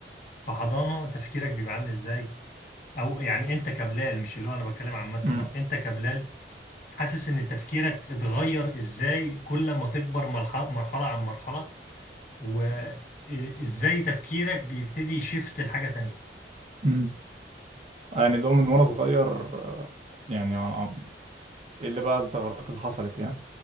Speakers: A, on the left (about 45°); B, on the right (about 35°).
A: في حضانة تفكيرك بيبقى عامل ازاي او يعني انت كبلال مش اللي هو انا بتكلم عامة
B: امم
A: لا انت كبلال حاسس ان تفكيرك اتغير ازاي كل ما تكبر مرحلة مرحلة عن مرحلة وازاي تفكيرك بيبتدي يشفت لحاجة تانية
B: امم يعني لو من وانا صغير آه، يعني عن- عن- ايه اللي بقى التغيرات اللي حصلت يعني